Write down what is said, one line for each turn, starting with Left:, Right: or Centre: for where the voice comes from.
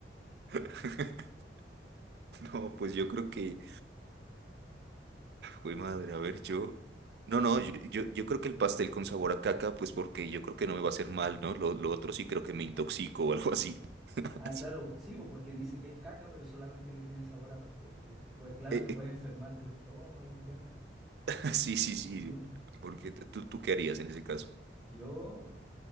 Right: <laughs> No, pues yo creo que, uy, madre, a ver, yo. No, no, yo, yo, yo creo que el pastel con sabor a caca, pues porque yo creo que no me va a hacer mal, ¿no? Lo, lo otro sí creo que me intoxico o algo así. <laughs>
Centre: Ah, claro, sí, po, porque dice que es caca, pero solamente que tiene sabor a pastel. po. Pues claro,
Right: Eh,
Centre: te puede
Right: eh,
Centre: enfermar del estómago, claro.
Right: <laughs> sí, sí,
Centre: Sí.
Right: sí. Porque t- tú, tú qué harías en ese caso.
Centre: Yo